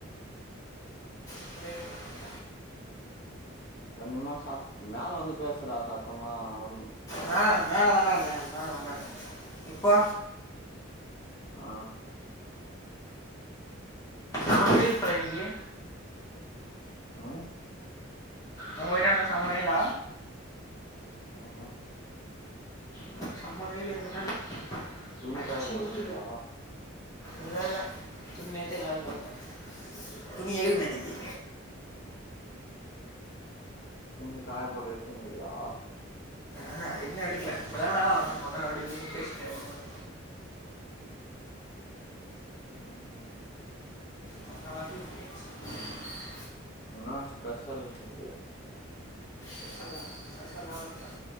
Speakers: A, on the left; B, on the left.
A: <unintelligible>
B: கொஞ்சமா சாத் மேல வந்து பேசுறா சத்தமா ஒ
A: மேல மேல தண்டா இருக்கே மேல தண்டா இருக்கே இப்போ
B: ஆ
A: ஆ வேல் போற நீயி
B: ஆ
A: உங்க வீட்டாண்டல சம வெய்யில
B: ம்கூம்
A: ம்கூம் சம வெய்லு எங் வீட்டாண்ட
B: துணி
A: அச்சு
B: காய போட்னுக்கிறியா
A: ஊத்து இல்லல்ல துணி நேத்தே காய போட்டே துணி எடுக்குனே இன்னைக்கி
B: துண்ணி காய போடத எத்துன்னுங்கிறியா
A: ஆஹா இன்னோ எடுக்கல இப்போதா மேல வந்த கொஞ்ச நேரோ <unintelligible> பேசிட்டு அப்பறமா எடு
B: ம்
A: முக்காவாசி <inaudible>
B: என்னா ஸ்பெஷல் இன்னிக்கி
A: பெசல பெசல ப